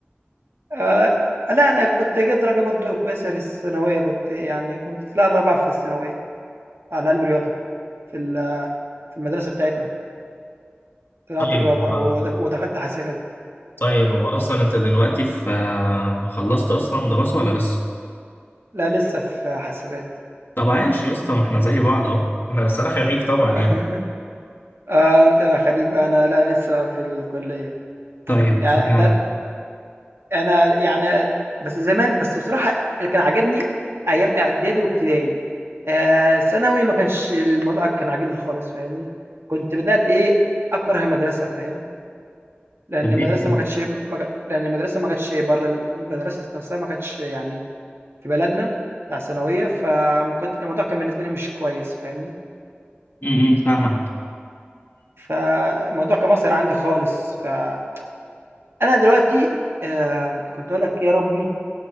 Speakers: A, on the right; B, on the left.
A: <laughs> آآ، لأ أنا كنت جايب درجة برضه كويسة في الثانوية، كنت يعني كنت طلِعت الرابع في الثانوية على عِلم رياضة في ال في المدرسة بتاعتنا. طلعت
B: طيب
A: الرابع
B: آه،
A: ود- ودخلت حاسبات
B: طيب هو اصلا انت دلوقتي في آه، خلصت اصلا دراسه ولا لسه
A: لا لسه في حاسبات
B: طب عايش يا اسطى ما احنا زي بعض اهو احنا بس انا خريج طبعا
A: <laughs>
B: يعني
A: اه انت خليك بقى انا لا لسه في الكلية
B: طيب
A: يعني انت
B: آه،
A: انا يعني بس زمان بس بصراحة اللي كان عاجبني ايام اعدادي وابتدائي آه، ثانوي ما كانش الموضوع كان عاجبني خالص فاهمني كنت بدأت ايه اكره المدرسة فاهم لان
B: خريج
A: المدرسة
B: كده
A: ما كانتش ما كا- لان المدرسة ما كانتش بره المدرسة ذات نفسها ما كانتش يعني في بلدنا بتاع الثانوية فكنت الموضوع كان بالنسبة لي مش كويس فاهمني
B: امم فاهمك
A: فالموضوع كان مأثر عندي خالص، فأنا دلوقتي آآ كنت هاقول لك إيه يا ربي،